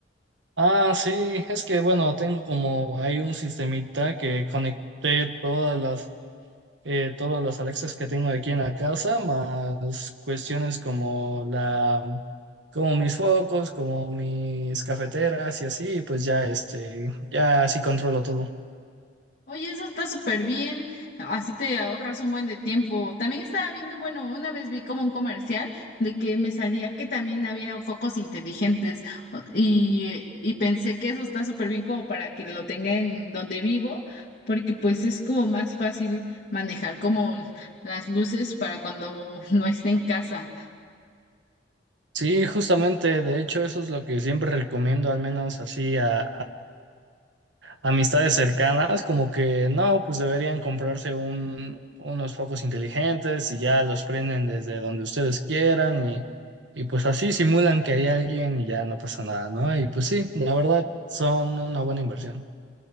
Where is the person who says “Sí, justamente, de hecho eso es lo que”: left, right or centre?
Right